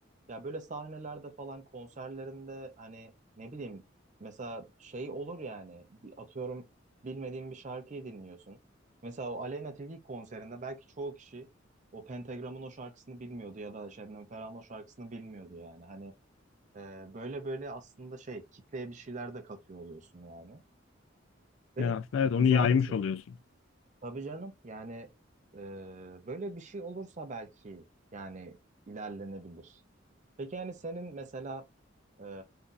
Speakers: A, on the right (about 40°); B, on the left (about 75°).
A: ya böyle sahnelerde falan konserlerinde hani ne bileyim mesela şey olur yani bir atıyorum bilmediğin bir şarkıyı dinliyorsun. Mesela o Aleyna Tilki konserinde belki çoğu kişi o Pentagram'ın o şarkısını bilmiyordu ya da Şebnem Ferah'ın o şarkısını bilmiyordu yani. Hani e, böyle böyle aslında şey kitleye bir şeyler de katıyor oluyorsun yani. Ve
B: Yani aslında evet onu
A: güzel
B: yaymış
A: bir şey.
B: oluyorsun.
A: Tabii canım yani e, böyle bir şey olursa belki yani ilerlenebilir. Peki yani senin mesela ee,